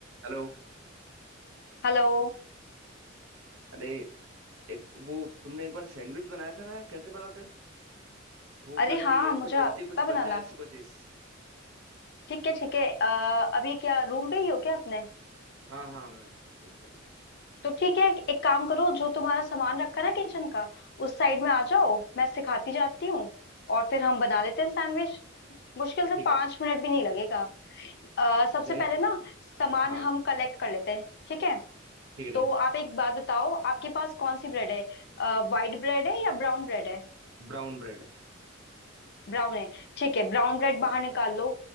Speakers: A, on the right; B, on the left.
A: Hello <clears throat>
B: Hello
A: अरे एक वो तुमने एक बार सैंडविच बनाया था ना यार कैसे बनाते हैं? भूख
B: अरे
A: लग
B: हाँ
A: रही है यार
B: मुझे
A: कुछ जल्दी
B: आता
A: कुछ
B: बनाना
A: बन जाए ऐसी कोई चीज
B: ठीक है ठीक है अ, अभी क्या रूम पे ही हो क्या अपने
A: हाँ हाँ मैं तुम पर ही
B: तो ठीक है एक काम करो जो तुम्हारा सामान रखा ना किचन का उस साइड में आ जाओ मैं सिखाती जाती हूँ और फिर हम बना लेते हैं सैंडविच मुश्किल से
A: ठीक
B: पाँच
A: है
B: मिनट भी नहीं लगेगा अ, सबसे
A: अरे
B: पहले ना सामान
A: हाँ
B: हम कलेक्ट कर लेते हैं ठीक है
A: ठीक है
B: तो
A: ठीक
B: आप एक बात बताओ आपके पास कौन सी ब्रेड है वाइट ब्रेड है या ब्राउन ब्रेड है
A: है ब्राउन ब्रेड है
B: ब्राउन है ठीक है ब्राउन ब्रेड बाहर निकाल लो